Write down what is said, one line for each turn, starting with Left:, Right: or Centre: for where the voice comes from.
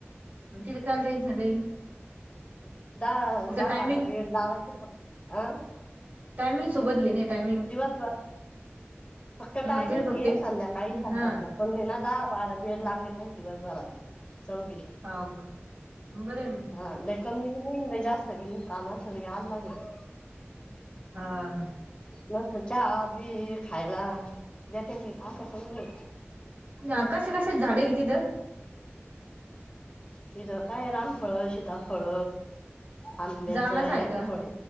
Right: मग तिले कायले टेन्शन देईन?
Left: दहा, दहा
Right: टायमिंग
Left: बारा बीळ लावाची का? अं
Right: टामिंग सोबत घेणे. टायमिंग
Left: दिवसभर. <inaudible> फक्त
Right: हा
Left: टायमिंग
Right: ते फक्त
Left: आहे संध्याकाळी, सकाळचा
Right: हा
Left: पहिले ना दहा बारा बीड लागले पाहिजे दिवसभरातून. चौघीतून
Right: हाव, <inaudible> बरं आहे मग.
Left: हा. लई कमी बी नाही लई जास्त बी काम नाही. काम असलं यावचं लागेल.
Right: हा.
Left: लोक चहा बी खायला देत्या ते असं काही नाही.
Right: या कशा कशाचे झाडे आहे ग तीथं?
Left: तिथ काय रामफळ सिताफळ? आंब्याचं
Right: जामाच
Left: एक
Right: आहे का
Left: फळ